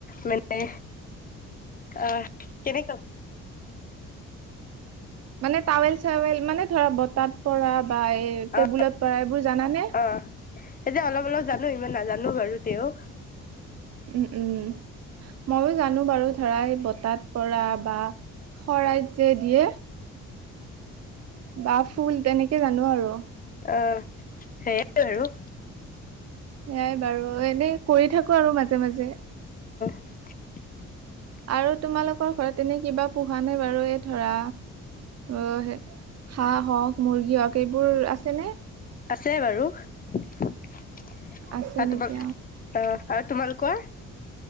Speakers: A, on the left (about 30°); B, on the right (about 55°).
A: মানে আহ কেনেকা
B: মানে টাৱেল চাৱেল মানে ধৰা বতাত পৰা বা এই টেবুলত
A: অ',
B: পৰা এইবোৰ জানানে
A: অ', এতিয়া অলপ অলপ জানো ইমান নাজানো বাৰু তেওঁ
B: উম উম মইয়ো জানো বাৰু ধৰা বতাত পৰা বা শৰাই যে দিয়ে বা ফুল তেনেকে জানো আৰু
A: অ সেইয় আৰু
B: সেয়াই বাৰু এনে কৰি থাকো আৰু মাজে মাজে
A: <inaudible>
B: আৰু তোমালোকৰ ঘৰত এনে কিবা পোহা নাই বাৰু এই ধৰা আহ হাঁ হওক মুৰ্গী হওক এইবোৰ আছেনে
A: আছে বাৰু আৰু
B: আছে নেকি
A: তোমাল অ আৰু তোমালোকৰ